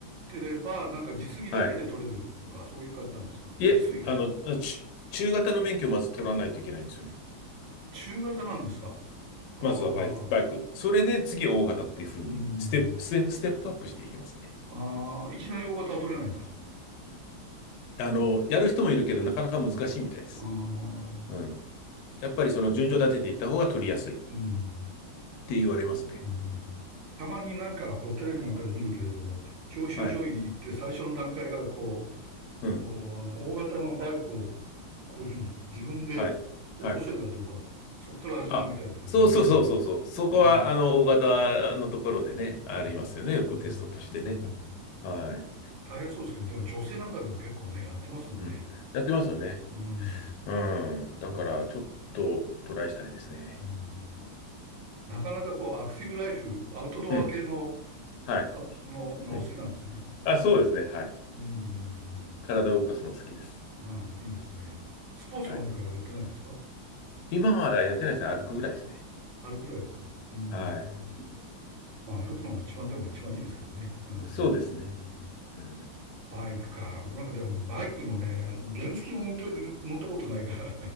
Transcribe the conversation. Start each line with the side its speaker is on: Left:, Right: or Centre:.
Right: てれば、なんか実技だけで取れるとか、
Left: はい。
Right: そういう感じなんですかね。
Left: いえ、
Right: 実技が取れる。
Left: あの、ち中型の免許をまず取らないといけないんですよね。
Right: 中型なんですか。ああ、
Left: まずはバイク、バイク。それで次大型っていうふうに、
Right: うん。
Left: ステップ、ステステップアップしていきますね。
Right: ああ、いきなり大型は取れないんだ。
Left: あの、やる人もいるけど、なかなか難しいみたいです。
Right: ああ、
Left: うん。やっぱりその順序立てていった方が取りやすいっ
Right: うん。
Left: て言われますね。
Right: うん、たまになんかこうテレビなんかで見るけれども、教習所行って最初の段階がこ
Left: はい。うん。
Right: う、おあの大型のバイクをこういうふうに自分で起こせるかどうかとそこから始まるみたいですけどね、
Left: はい。はい。あ、そうそうそうそうそう。
Right: なんかね。
Left: そこは、
Right: うん、
Left: あの、大型のところでね、ありますよね。
Right: うん、
Left: よくテストとしてね。
Right: うん、うん。
Left: はい。
Right: 大変そうですけど、でも女性なんかでも結構ね、やってますもんね。
Left: うん。やってますよね。
Right: うん、
Left: うん。だから、
Right: うん、
Left: ちょっとトライしたいですね。
Right: うん。なかなかこうアクティブライフ、アウトドア系の、
Left: うん。はい。
Right: か、のがお好きなんですね。
Left: うんあ、そうですね。はい。
Right: うん、うん、うん。
Left: 体を動かすの好きです。
Right: ああ、いいですね。スポーツはなんかやってないんですか
Left: はい。今はやってないですね。歩くぐらいですね。
Right: 歩くぐらいですかうーん。
Left: はい。
Right: まあ歩くのも一番でも一番いいですけどね。うーん。うん
Left: そうですね。うん。
Right: バイクか。僕なんかでもバイクのね、原付も運転、乗ったことないから。